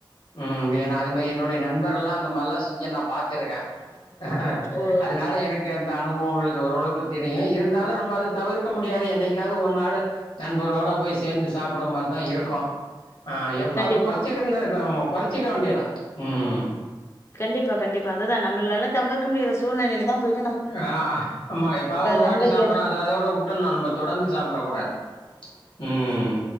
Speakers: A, on the left; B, on the left.
A: ம் ஏன்னா அது மாரிஎன்னுடைய நண்பர் எல்லா அந்த மாரிலா செஞ்சு நா பாத்துருக்கேன் அ
B: ஓ
A: அதனால எனக்கு அந் அனுபவங்கள் ஓரளவுக்கு தெரியும் இருந்தாலும் அத நம்ம தவிர்க்க முடிய என்னைக்கது ஒரு நாளு நண்பரோட போய் சேர்ந்து சாப்பிட மாரிதா இருக்கும் ஆ எப்போ
B: கண்டிப்பா
A: அது குறைச்சிக்கன்னா இருக்கும் கொறச்சின்க வேண்டிய தா ம்
B: கண்டிப்பா கண்டிப்பா அதுதா நம்மளால தவிர்க்க முடியாத சூழ்நிலைல என்ன
A: ஆ ஆமா எப்பாவது ஒரு
B: நண்பர்களோட
A: வாட்டி சாப்பிட்றோம் அத விட விட்டணும் நம்ம தொடர்ந்து சாப்பிடக்க கூடாது ம்